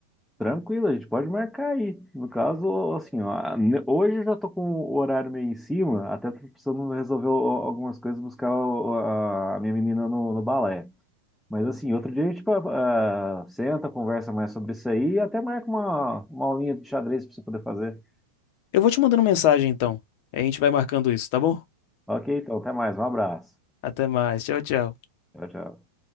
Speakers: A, in the centre; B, on the left (about 55°).
A: Tranquilo, a gente pode marcar aí. No caso, assim, ó, ne- hoje eu já tô com o horário meio em cima, até tô precisando resolver o- algumas coisas, buscar o- a, a minha menina no, no balé. Mas assim, outro dia a gente ah, senta, conversa mais sobre isso aí e até marca uma, uma aulinha de xadrez para você poder fazer.
B: Eu vou te mandando mensagem então. A gente vai marcando isso, tá bom?
A: Ok, então, até mais, um abraço.
B: Até mais. Tchau, tchau.
A: Tchau, tchau.